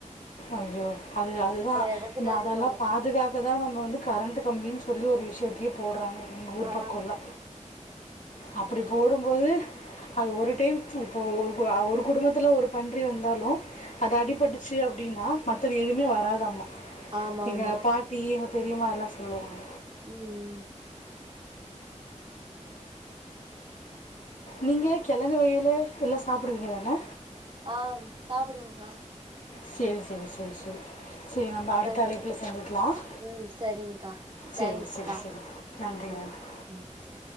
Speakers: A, on the left (about 85°); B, on the right (about 40°).
A: ஐய்யோ அது அதுதான்
B: எடத்துல
A: நம்ம
B: இது
A: அதெல்லா
B: பண்ணு
A: பாதுகாக்க தான் நம்ம வந்து கரண்ட் கம்பின்னு சொ சொல்லி ஒரு விஷயத்தையே போடுறாங்க ஊரு
B: ஆ
A: பக்கோல அப்படி போடுபோது அது ஒரு டைம் இப்போ ஒரு குடும்பத்தில ஒரு பன்றி வந்தாலொஅது அடிபட்டுச்சு அப்படின்னா மற்றது எதுவுமே வராதாமா
B: ஆமா
A: எங்க
B: ஆமா
A: பாட்டி பெரிமா என்ன சொல்லுவாங்க
B: உம்
A: நீங்க கிழங்கு வகையில எல்லாம் சாப்பிடுவீங்க தானே
B: ஆஹ் சாப்பிடுங்கா
A: செரி செரி செரி செரி சரி நம்ம அடுத்த
B: ச
A: அலைப்புல சந்திக்லாம்
B: ம் சரிங்க்கா
A: செரி
B: தேங்க்ஸ்க்கா
A: செரி செரி நன்றி
B: ம்
A: மேடம் நன்றிங்க
B: ம் சரி